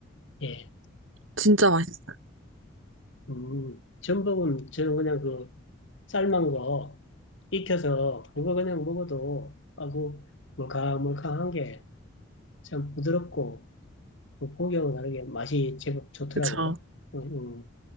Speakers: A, on the left (about 70°); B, on the right (about 70°).
A: 예.
B: 진짜 맛있어요.
A: 음, 전복은 저는 그냥 그 삶은 거 익혀서 그거 그냥 먹어도, 아고, 물캉물캉한 게 참 부드럽고 그 고기하고 다르게 맛이 제법 좋더라고요.
B: 그쵸?
A: 음, 음.